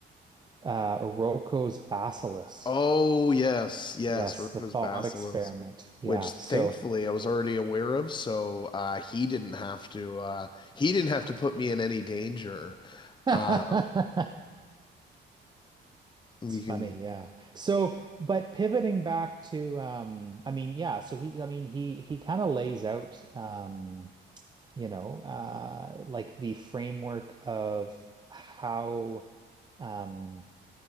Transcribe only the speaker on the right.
Uh, Rocco's Basilisk.
Yes,
the thought
experiment. Yeah,
so
<laughs> that's
funny. Yeah. So, but pivoting back to, um, I mean, yeah. So he, I mean, he he kind of lays out, um, you know, uh, like the framework of how um